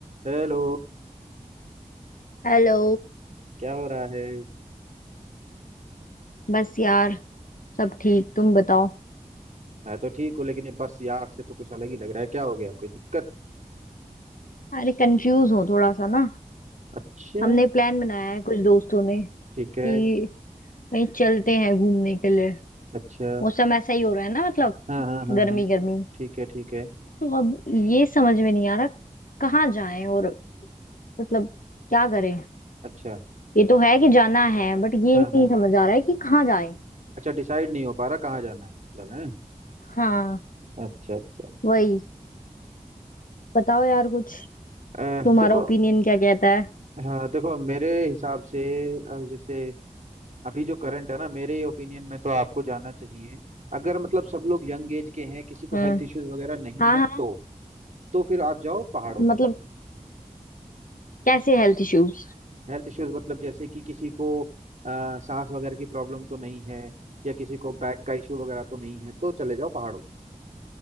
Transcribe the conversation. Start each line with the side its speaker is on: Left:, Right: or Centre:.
Right: Hello
Left: Hello
Right: क्या हो रहा है
Left: बस यार सब ठीक तुम बताओ
Right: मैं तो ठीक हूँ लेकिन ये बस यार से तो कुछ अलग ही लग रहा है क्या हो गया कोई दिक्कत
Left: अरे कंफ्यूज हूँ थोड़ा सा ना
Right: अच्छा
Left: हमने प्लान बनाया है कुछ दोस्तों ने कि
Right: ठीक है
Left: कहीं चलते हैं घूमने के लिए
Right: अच्छा
Left: मौसम ऐसा ही हो रहा है ना मतलब
Right: हाँ हाँ हाँ
Left: गर्मी
Right: हाँ
Left: गर्मी
Right: ठीक है ठीक है
Left: तो अब ये समझ में नहीं आ रहा कहाँ जाएं और मतलब क्या करें
Right: अच्छा
Left: ये तो है कि जाना है बट ये
Right: हाँ
Left: नहीं
Right: हाँ
Left: समझ आ रहा है कि कहाँ जाएं
Right: अच्छा डिसाइड नहीं हो पा रहा कहाँ जाना है मतलब है
Left: हाँ
Right: अच्छा अच्छा
Left: वही बताओ यार कुछ
Right: अ,
Left: तुम्हारा
Right: देखो
Left: ओपिनियन क्या कहता है
Right: हाँ देखो मेरे हिसाब से अ, जैसे अभी जो करंट है ना मेरे ओपिनियन में तो आपको जाना चाहिए अगर मतलब सब लोग यंग एज के हैं किसी को
Left: हम्म
Right: हेल्थ इश्यूज वगैरह नहीं
Left: हाँ
Right: है
Left: हाँ
Right: तो तो फिर आप जाओ पहाड़ों
Left: मतलब
Right: में
Left: कैसे हेल्थ इश्यूज
Right: हेल्थ इश्यूज मतलब जैसे कि किसी को अ, सांस वगैरह की प्रॉब्लम तो नहीं है या किसी को बैक का इशू वगैरह तो नहीं है तो चले जाओ पहाड़ों